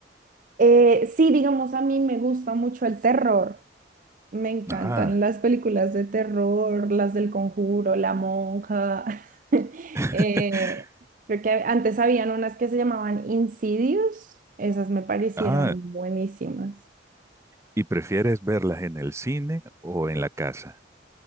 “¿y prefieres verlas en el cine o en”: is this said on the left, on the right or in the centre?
Right